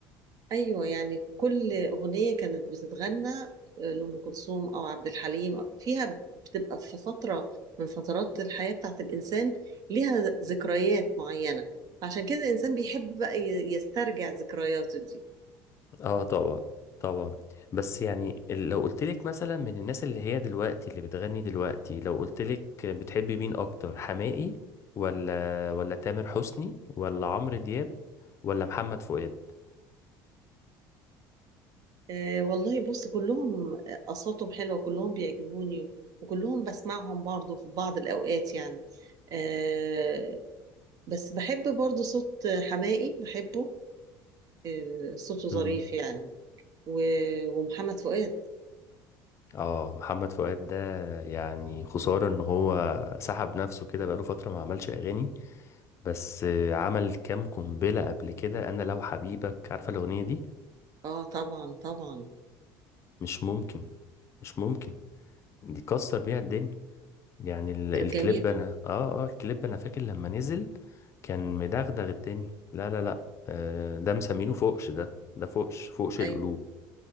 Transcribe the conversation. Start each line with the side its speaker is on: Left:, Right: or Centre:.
Right: ايوه يعني كل اغنيه كانت بتتغنى آه، لام كلثوم او عبد الحليم فيها بتبقى في فتره من فترات الحياه بتاعت الانسان ليها ذكريات معينه عشان كده الانسان بيحب بقى ي- يسترجع ذكرياته دي
Left: اه طبعا طبعا بس يعني ال- لو قلت لك مثلا من الناس اللي هي دلوقتي اللي بتغني دلوقتي لو قلت لك بتحبي مين اكتر حماقي ولا ولا تامر حسني ولا عمرو دياب ولا محمد فؤاد
Right: آه والله بص كلهم اصواتهم حلوه كلهم بيعجبوني وكلهم بسمعهم برضه في بعض الاوقات يعني آه بس بحب برضه صوت حماقي بحبه آه صوته ظريف
Left: امم
Right: يعني و- ومحمد فؤاد
Left: اه محمد فؤاد ده يعني خسارة ان هو سحب نفسه كده بقاله فترة ما عملش اغاني بس عمل كام قنبلة قبل كده انا لو حبيبك عارفة الاغنية دي
Right: اه طبعا طبعا
Left: مش ممكن مش ممكن دي كسر بيها الدنيا يعني ال-
Right: كانت
Left: الكليب
Right: جميلة
Left: انا اه اه الكليب انا فاكر لما نزل كان مدغدغ التاني لا لا لا آه ده مسمينه فوقش ده ده فوقش فوقش
Right: ايوه
Left: القلوب